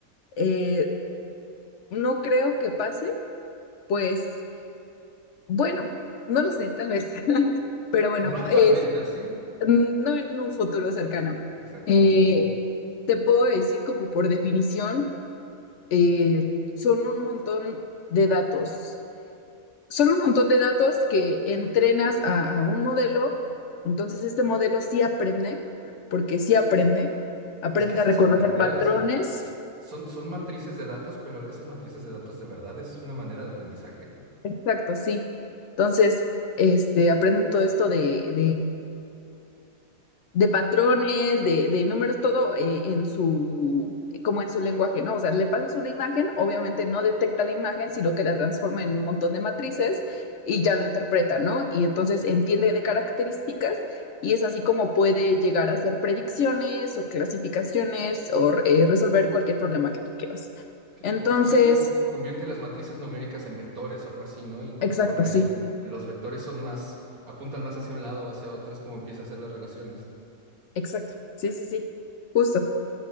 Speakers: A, on the left; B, on the right.
A: eh, no creo que pase, pues. Bueno, no lo sé, tal vez. <laughs> Pero bueno,
B: No actualmente,
A: es
B: ¿así?
A: mm, no en un futuro cercano.
B: Exactamente.
A: Eh, te puedo decir como por definición, eh, son un montón de datos. Son un montón de datos que entrenas a, a un modelo. Entonces este modelo sí aprende, porque sí aprende. Aprende
B: Es que eso
A: a reconocer
B: es aprender,
A: patrones.
B: o sea, son, son matrices de datos, pero esas matrices de datos de verdad es una manera de aprendizaje, ¿no?
A: Exacto, sí. Entonces, este, aprenden todo esto de, de patrones, de, de números, todo eh, en su, eh, como en su lenguaje, ¿no? O sea, le pasas una imagen, obviamente no detecta la imagen, sino que la transforma en un montón de matrices y ya lo interpreta, ¿no? Y entonces entiende de características y es así como puede llegar a hacer predicciones o clasificaciones o eh, resolver cualquier problema que tú quieras.
B: Que
A: Entonces,
B: Lo que está viendo es que convierte las matrices numéricas en vectores o algo así, ¿no? Y conforme
A: exacto, sí,
B: los vectores son más, apuntan más hacia un lado o hacia otro, es como empieza a hacer las relaciones.
A: exacto, sí, sí, sí, justo.